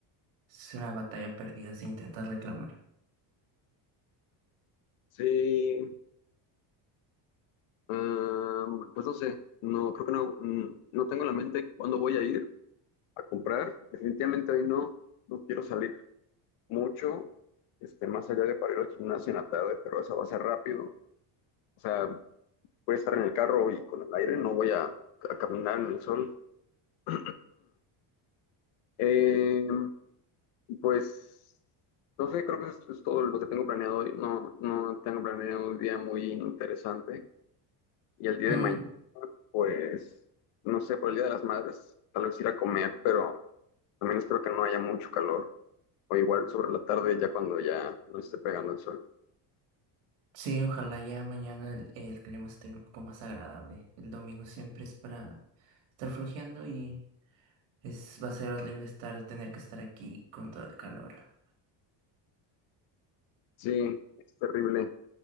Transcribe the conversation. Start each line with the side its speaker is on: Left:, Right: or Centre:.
Right: Será batalla perdida si intentas reclamar.
Left: Sí, ah, pues no sé, no, creo que no, mm, no tengo en la mente cuándo voy a ir a comprar. Definitivamente hoy no, no quiero salir mucho, este, más allá de para ir al gimnasio en la tarde, pero eso va a ser rápido. O sea, voy a estar en el carro y con el aire, no voy a, a caminar en el sol. <clears throat> Eh, Y Pues, no sé, creo que es, es todo lo que tengo planeado hoy. No, no tengo planeado un día muy interesante. Y el día
Right: Mm,
Left: de mañana, pues, no sé, por el Día de las Madres, tal vez ir a comer, pero también espero que no haya mucho calor. O igual sobre la tarde, ya cuando ya no esté pegando el sol.
Right: sí, ojalá ya mañana el, el clima esté un poco más agradable. El domingo siempre es para estar flojeando y es, va a ser horrible estar, tener que estar aquí con todo el calor.
Left: Sí, es terrible.